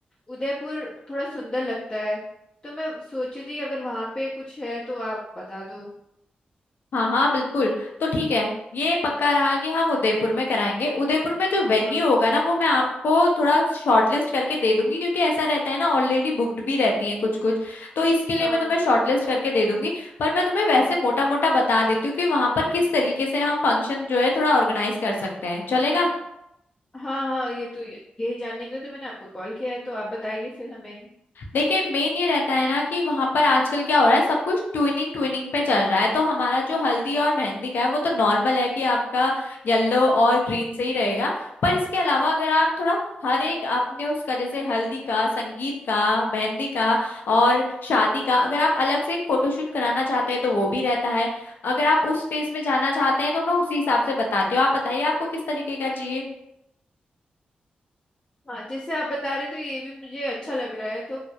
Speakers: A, on the left; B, on the left.
A: उदयपुर थोड़ा सुंदर लगता है तो मैं सोची थी अगर वहाँ पे कुछ है तो आप बता दो
B: हाँ हाँ बिल्कुल तो ठीक है ये पक्का रहा कि हम उदयपुर में कराएंगे उदयपुर में जो वेन्यू
A: हाँ
B: होगा ना वो मैं आपको थोड़ा शॉर्टलिस्ट करके दे दूंगी क्योंकि ऐसा रहता है ना ऑलरेडी बुक्ड भी रहती हैं कुछ कुछ तो इसके लिए
A: हाँ
B: मैं तुम्हें शॉर्टलिस्ट करके दे दूंगी पर मैं तुम्हें वैसे मोटा मोटा बता देती हूँ कि वहां पर किस तरीके से हम फंक्शन जो है थोड़ा ऑर्गेनाइज कर सकते हैं चलेगा
A: हाँ हाँ ये तो यही जानने के लिए तो मैंने आपको कॉल किया है तो आप बताइए फिर हमें
B: देखिए मेन ये रहता है ना कि वहां पर आजकल क्या हो रहा है सब कुछ ट्विनिंग ट्विनिंग पे चल रहा है तो हमारा जो हल्दी और मेहंदी का है वो तो नॉर्मल है कि आपका येलो और ग्रीन से ही रहेगा पर इसके अलावा अगर आप थोड़ा हर एक अपने उसका जैसे हल्दी का संगीत का मेहंदी का और शादी का अगर आप अलग से एक फोटोशूट कराना चाहते हैं तो वो भी रहता है अगर आप उस स्पेस में जाना चाहते हैं तो मैं उसी हिसाब से बताती हूँ आप बताइए आपको किस तरीके का चाहिए
A: हाँ जैसे आप बता रहे तो ये भी मुझे अच्छा लग रहा है तो